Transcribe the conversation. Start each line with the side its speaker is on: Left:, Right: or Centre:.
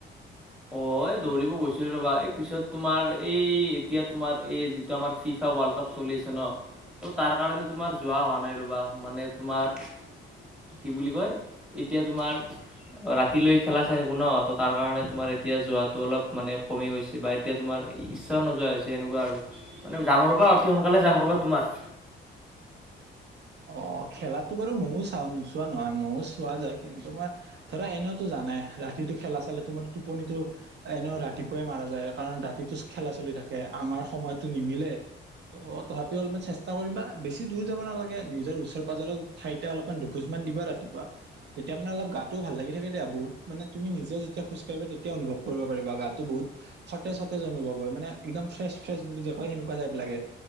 Centre: হয় দৌৰিব গৈছিলো ৰবা, এই পিছত তোমাৰ এই এতিয়া তোমাৰ এই যিটো আমাৰ ফিফা ৱৰ্ল্ড কাপ চলিছে ন, ত' তাৰ কাৰণে তোমাৰ যোৱা হোৱা নাই ৰ'বা। মানে তোমাৰ কি বুলি কয়, এতিয়া তোমাৰ অ' ৰাতিলৈ খেলা চাই থাকো ন, ত' তাৰ কাৰণে তোমাৰ এতিয়া যোৱা টো অলপ মানে কমি গৈছে বা এতিয়া তোমাৰ ইচ্ছাও নোযোৱা হৈছে এনেকুৱা আৰু। মানে যাম ৰ'বা অতি সোনকালে যাম ৰ'বা। তোমাৰ
Right: অ' খেলাতো বাৰু ময়ো চাওঁ নোচোৱা নহয় ময়ো চোৱা যায়। কিন্তু মই ধৰা এনেওতো জানাই ৰাতিটো খেলা চালে তোমাৰ টোপনিটো এনেও ৰাতিপুৱাই মাৰা যায়, কাৰণ ৰাতিটো খেলা চলি থাকে আমাৰ সময়তো নিমিলে। ত' তথাপি অলপমান চেষ্টা কৰিবা বেছি দূৰি যাব নালাগে। নিজৰ ওচৰ পাজৰ ঠাইতে অলপমান দুখোজ মান দিবা ৰাতিপুৱা। তেতিয়া মানে অলপ গাটোও ভাল লাগি থাকে দিয়া বহুত, মানে তুমি নিজে যেতিয়া খোজকাঢ়িবা তেতিয়া অনুভৱ কৰিব পাৰিবা গাটো বহুত সতেজ সতেজ অনুভৱ হয় মানে একদম ফ্ৰেচ ফ্ৰেচ বুলি যে কয় সেনেকুৱা টাইপ লাগে।